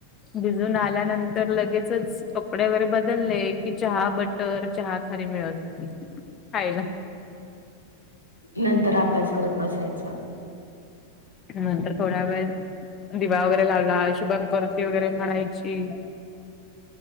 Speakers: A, on the left; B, on the right.
A: भिजून आल्यानंतर लगेचच तकडे वगैरे बदलले की चहा बटर चहा खली मिळत हो खायला
B: नंतर अभ्यास करत बसायचं
A: नंतर थोड्या वेळेस दिवा वगैरे लावला शुभमकरोती वगैरे म्हणायची.